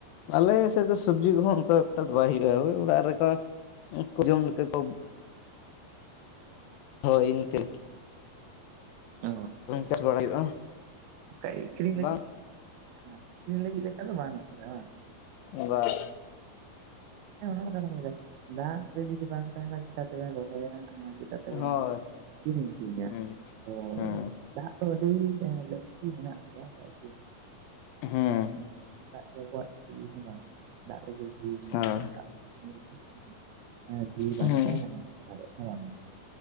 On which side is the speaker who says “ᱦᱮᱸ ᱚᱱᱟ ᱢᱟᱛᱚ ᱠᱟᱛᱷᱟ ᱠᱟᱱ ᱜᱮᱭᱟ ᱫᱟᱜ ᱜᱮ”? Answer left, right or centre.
Right